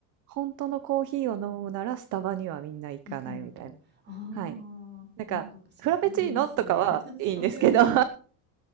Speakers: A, on the right; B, on the right.
A: 本当のコーヒーを飲むならスタバにはみんな行かないみたいな。
B: 行くなと。ああ、
A: はい。なんか、
B: なんかそそられますね。
A: フラペチーノとかはいいんですけど、
B: <laughs> そういうの。
A: <laughs> あ